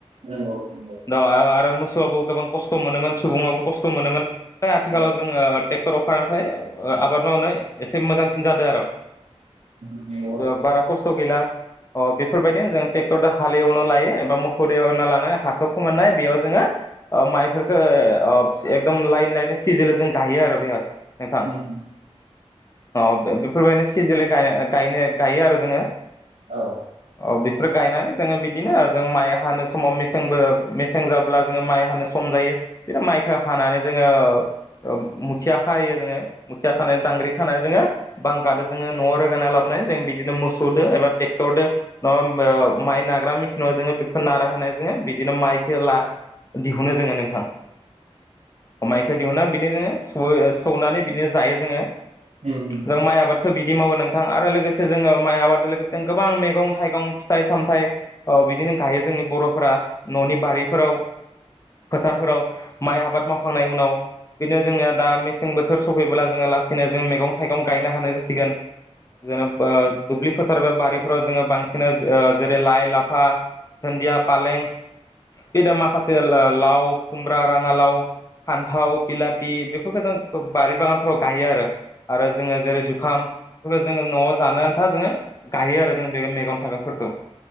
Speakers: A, on the right; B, on the left.
A: नंगौ-नंगौ।
B: दा आ-आरो मोसौआबो गोबां खस्त' मोनोमोन सुबुङाबो खस्त' मोनोमोन दा आथिखालाव
A: औ
B: जोङो ट्रेक्टर। अखारानिफ्राय आबाद मावनो एसे मोजांसिन जादों आरो।
A: औ औ नंगौ औ
B: ओ बारा खस्त' गैला अ बेफोरबायदिनो जों। ट्रेक्टरदो हालेवनो लायो एबा मोखौदो एवनो लानानै हाखौ फोमोननाय बेयाव जोङो माइफोरखो ओ। ओ अ एकदम लाइन-लाइन सिजिल जों गायो आरो बेहाय। नोंथां
A: उम-उम।
B: अ' बेफोरबायदि सिजिलै गा-गायनो-गायो आरो जोङो।
A: औ।
B: औ बेफोर गायनानै जोङो बिदिनो जों माइ हानो समाव मेसेंबो मेसें जाब्ला जोङो माइ हानो सम। सम जायो बिदिनो माइखो हानानै जोङो ओ मुथिया खायो जोङो। मुथिया खानाय दांग्रि। खाना जोङो बांखादो जोङो न'आव रोगाना लाबोनानै जों बिदिनो मोसौदो एबा ट्रेक्टरदो नङाबा। ओ माइ नाग्रा मेसिननाव जोङो बेखौ नारा होनाय जोङो बिदिनो माइखौ ला। दिहुनो जोङो नोंथां। माइखौ दिहुना बिदिनो सु सौनानै बिदिनो जायो जोङो।
A: <inaudible>
B: जों माइ आबादखौ बिदि मावो नोंथां आरो लोगोसे जोङो माइ आबादजों लोगोसे गोबां मैगं-थाइगं, फिथाइ सामथाइ ओ। बिदिनो गायो जोंनि बर'फोरा न'नि बारिफोराव। फोथारफोराव माइ आबाद मावखांनाय उनाव‌। बिदिनो जोंनिया दा मेसें बोथोर सफैब्ला जोङो लासैनो जों मैगं-थाइगं गायनो हानाय जासिगोन। जेन'बा दुबलि। फोथार बे बारिफोराव जोङो बांसिन जेरै लाइ-लाफा धुन्दिया पालें। बे दा माखासे ला-लाव खुमब्रा राङालाव। फान्थाव बिलाथि बेफोरखौ जों बारि बागानफोराव गायो आरो। आरो जोङो जेरै जुखाम बेफोरखौ जोङो न'आव जानो आन्था जोङो गायो आरो जों बे मेगन-थाइगं। फोरखौ‌